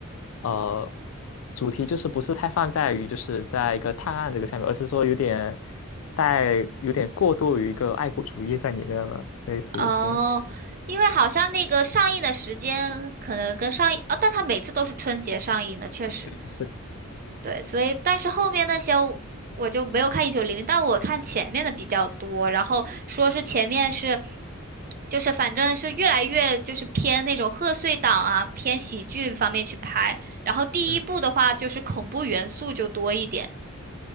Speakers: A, on the left (about 65°); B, on the right (about 40°).
A: 呃，主题就是不是太放在于就是在一个探案这个上面，而是说有点带有点过度于一个爱国主义在里面了，类似于是
B: 哦，因为好像那个上映的时间可能跟上映，哦，但它每次都是春节上映的，确实，
A: 是
B: 对，所以但是后面那些我我就没有看一九零零，但我看前面的比较多，然后说是前面是，就是反正是越来越就是偏那种贺岁档啊，偏喜剧方面去拍，然后第一部的话就是恐怖元素就多一点。
A: <laughs>